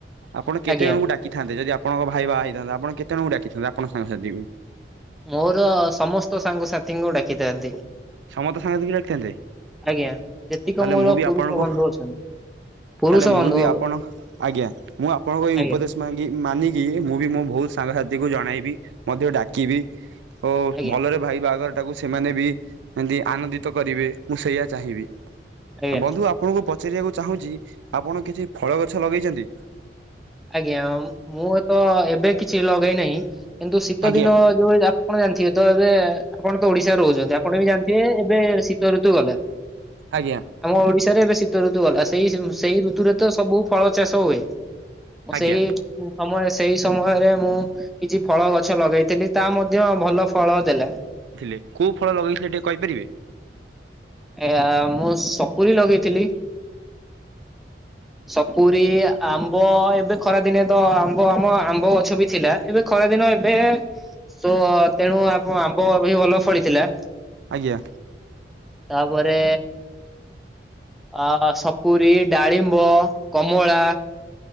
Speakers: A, on the right; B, in the centre.
A: ଆପଣ କେତେ
B: ଆଜ୍ଞା
A: ଜଣଙ୍କୁ ଡାକ୍ କିଥାନ୍ତେ, ଯଦି ଆପଣଙ୍କ ଭାଇ ବାହା ହେଇଥାନ୍ତେ, ଆପଣ କେତେଜଣକୁ ଡାକିଥାନ୍ତେ ଆପଣଙ୍କ ସାଙ୍ଗସାଥୀକୁ?
B: ମୋର ସମସ୍ତ ସାଙ୍ଗସାଥିଙ୍କୁ ଡାକିଥାନ୍ତି।
A: ସମସ୍ତ ସାଙ୍ଗସାଥିକି ଡାକିଥାନ୍ତେ
B: ଆଜ୍ଞା, ଯେତିକି
A: ତାହେଲେ
B: ମୋର
A: ମୁଁ ବି
B: ପୁରୁଷ
A: ଆପଣଙ୍କୁ
B: ବନ୍ଧୁ ଅଛନ୍ତି। ପୁରୁଷ
A: ତାହେଲେ ମୁଁ
B: ବନ୍ଧୁ
A: ବି ଆପଣ, ଆଜ୍ଞା, ମୁଁ ଆପଣଙ୍କ ଏଇ
B: ଆଜ୍ଞା
A: ଉପଦେଶ ମା କି ମାନିକି, ମୁଁ ବି ମୋ ବହୁତ ସାଙ୍ଗସାଥି କୁ ଜଣେଇବି, ମଧ୍ୟ ଡାକ କିବି ଓ
B: ଆଜ୍ଞା
A: ଭଲରେ ଭାଇ ବାହାଘର କୁ ସେମାନେ ବି କେମତି ଆନନ୍ଦିତ କରିବେ, ମୁଁ ସେଇଆ ଚାହିଁବି।
B: ଆଜ୍ଞା
A: ବନ୍ଧୁ ଆପ୍ ଆପଣଙ୍କୁ ପଚାରିବାକୁ ଚାହୁଁଚି, ଆପଣ କିଛି ଫଳ ଗଛ ଲଗେଇଚନ୍ତି?
B: ଆଜ୍ଞା, ମୁଁ ତ ଏବେ କିଛି ଲଗେଇ ନାହିଁ, କିନ୍ତୁ ଶୀତ
A: ଆଜ୍ଞା
B: ଦିନ ଯୋଉ ଆପଣ ଜାଣିଥିବେ ତ ଏବେ ଆପଣ ତ ଓଡିଶାରେ ରହୁଚନ୍ତି, ଆପଣ ବି ଜାଣିଥିବେ ଏବେ ଶୀତ ଋତୁ ଗଲା।
A: ଆଜ୍ଞା।
B: ଆମ ଓଡିଶାରେ ଏବେ ଶୀତ ଋତୁ ଗଲା, ସେଇ ସେଇ ଋତୁରେ ତ ସବୁ ଫଳ ଚାଷ ହୁଏ।
A: ଆଜ୍ଞା
B: ସେଇ ସମୟ, ସେଇ ସମୟରେ ମୁଁ କିଛି ଫଳ ଗଛ ଲଗେଇଥିଲି, ତା ମଧ୍ୟ ଭଲ ଫଳ ଦେଲା।
A: ଥିଲେ, କୋଉ ଫଳ ଲଗେଇଥିଲେ ଟିକେ କହିପାରିବେ?
B: ଏ ମୁଁ ସପୁରୀ ଲଗେଇଥିଲି ସପୁରୀ, ଆମ୍ବ, ଏ ଏବେ ଖରା ଦିନେ ତ ଆମ୍ବ ଆମ, ଆମ୍ବ ଗଛ ବି ଥିଲା, ଏବେ ଖରା ଦିନ ଏବେ ତ ତେଣୁ ଆପ୍ ଆମ୍ବ ବି ଭଲ ଫଳିଥିଲା।
A: ଆଜ୍ଞା।
B: ତାପରେ ଅ ସପୁରୀ, ଡାଳିମ୍ବ, କମଳା